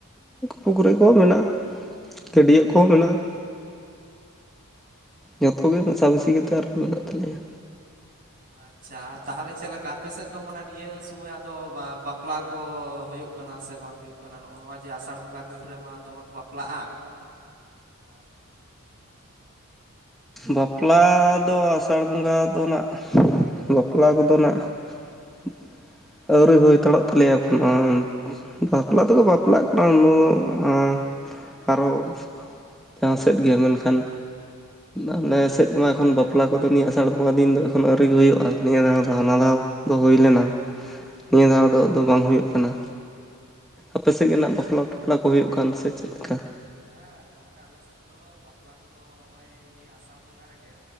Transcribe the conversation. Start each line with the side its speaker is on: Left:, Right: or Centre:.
Centre: ᱯᱩᱠᱷᱨᱤ ᱠᱚᱦᱚᱸ ᱢᱮᱱᱟᱜᱼᱟ᱾ ᱜᱟᱹᱰᱭᱟᱹ ᱠᱚᱦᱚᱸ ᱢᱮᱱᱟᱜᱼᱟ᱾ ᱡᱚᱛᱚ ᱜᱮ ᱢᱮᱥᱟᱢᱤᱥᱤ ᱠᱟᱛᱮᱫ ᱟᱨᱠᱤ ᱢᱮᱱᱟᱜ ᱛᱟᱞᱮᱭᱟ᱾
Right: ᱟᱪᱷᱟ ᱛᱟᱦᱚᱞᱮ ᱪᱮᱫᱞᱮᱠᱟ ᱟᱯᱮᱥᱮᱫ ᱫᱚ ᱢᱟᱱᱮ ᱱᱤᱭᱟᱹ ᱥᱚᱢᱚᱭ ᱟᱫᱚ ᱵᱟᱯᱞᱟ, ᱠᱚ ᱦᱳᱭᱳᱜ ᱠᱟᱱᱟ ᱥᱮ ᱵᱟᱝ ᱦᱳᱭᱳᱜ ᱠᱟᱱᱟ᱾ ᱱᱚᱜᱼᱚ ᱱᱚᱣᱟ ᱡᱮ ᱟᱥᱟᱲ ᱵᱚᱸᱜᱟ ᱫᱤᱱ ᱨᱮᱢᱟ ᱫᱚᱢᱮ ᱠᱚ ᱵᱟᱯᱞᱟᱜᱼᱟ᱾ ᱟᱨ <inaudible>
Centre: ᱵᱟᱯᱞᱟ ᱫᱚ ᱟᱥᱟᱲ ᱵᱚᱸᱜᱟ ᱫᱚ ᱱᱟᱜ ᱵᱟᱯᱞᱟ ᱠᱚᱫᱚ ᱱᱟᱜ <inaudible> ᱟᱹᱣᱨᱤ ᱦᱩᱭ ᱦᱟᱛᱟᱲᱚᱜ ᱛᱟᱞᱮᱭᱟ ᱮᱠᱷᱚᱱᱳ᱾ ᱵᱟᱯᱞᱟ ᱛᱮᱠᱚ ᱵᱟᱯᱞᱟᱜ ᱠᱟᱱᱟ ᱩᱱᱟᱹ ᱟᱸ ᱟᱨᱚ ᱪᱮᱛᱟᱱ ᱥᱮᱫ ᱜᱮ ᱢᱮᱱᱠᱷᱟᱱ, ᱟᱞᱮ ᱥᱮᱫ ᱢᱟ ᱮᱠᱷᱚᱱ ᱵᱟᱯᱞᱟ ᱠᱚᱫᱚ ᱱᱤᱭᱟᱹ ᱟᱥᱟᱲ ᱵᱚᱸᱜᱟ ᱫᱤᱱ ᱫᱚ ᱮᱠᱷᱚᱱ ᱟᱹᱣᱨᱤᱮ ᱦᱩᱭᱩᱜᱼᱟ, ᱱᱤᱭᱟᱹ ᱫᱷᱟᱣ ᱫᱚ ᱦᱟᱱᱟ ᱫᱷᱟᱣ᱾- ᱫᱚ ᱦᱩᱭ ᱞᱮᱱᱟ, <unintelligible> ᱱᱤᱭᱟᱹ ᱫᱷᱟᱣ‌ ᱫᱚ ᱟᱫᱚ ᱵᱟᱝ ᱦᱩᱭᱩᱜ ᱠᱟᱱᱟ᱾ ᱟᱯᱮ ᱥᱮᱫ ᱜᱮ ᱱᱟᱜ ᱵᱟᱯᱞᱟᱼᱴᱟᱯᱞᱟ ᱠᱚ ᱦᱩᱭᱩᱜ ᱠᱟᱱ ᱥᱮ ᱪᱮᱫᱞ ᱞᱮᱠᱟ?
Right: ᱦᱮᱸ ᱜᱚᱝᱠᱮ ᱟᱞᱮ ᱥᱮᱫ ᱫᱚ ᱵᱟᱯᱞᱟ ᱠᱚᱫᱚ ᱱᱚᱜᱼᱚᱭ ᱱᱤᱭᱟᱹ ᱟᱥᱟᱲ ᱵᱚᱸᱜᱟ ᱨᱮᱜᱮ᱾